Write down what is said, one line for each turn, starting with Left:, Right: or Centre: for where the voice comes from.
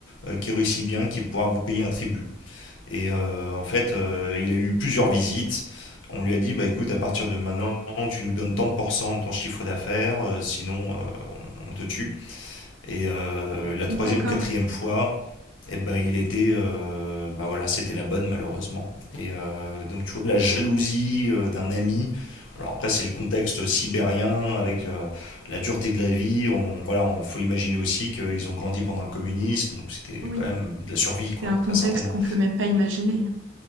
Left: euh, qui réussit bien, qui pourra vous payer un tribut. Et euh, en fait, euh, il a eu plusieurs visites. On lui a dit, bah écoute, à partir de maintenant, tu nous donnes tant de pourcents de ton chiffre d'affaires, euh, sinon euh, on te tue. Et euh, la
Right: D'accord,
Left: troisième ou quatrième fois, et ben il était, euh, bah voilà, c'était la bonne malheureusement. Et euh, donc tu vois la jalousie euh, d'un ami. Alors après c'est le contexte sibérien avec euh, la dureté de la vie. On, voilà, on faut imaginer aussi qu'ils ont grandi pendant le communisme, donc c'était
Right: oui.
Left: quand même de la survie quoi,
Right: C'est un contexte
Left: très certainement.
Right: qu'on peut même pas imaginer.